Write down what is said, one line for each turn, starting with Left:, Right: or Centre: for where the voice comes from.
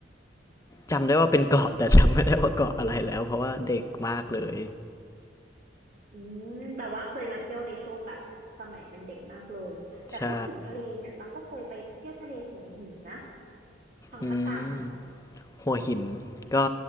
Left: จำได้ว่าเป็นเกาะ <laughs> แต่จำไม่ได้ว่าเกาะอะไรแล้วเพราะว่าเด็กมากเลย
Right: อืมแบบว่าเคยมาเที่ยวในช่วงแบบสมัยเป็นเด็กมากเลยแต่พูดถึงทะเลเนี่ยตั๊กก็เคยไปเที่ยวทะเลหัวหินนะ
Left: ใช่
Right: ทางภาคกลางหน่อย
Left: อืมหัวหินก็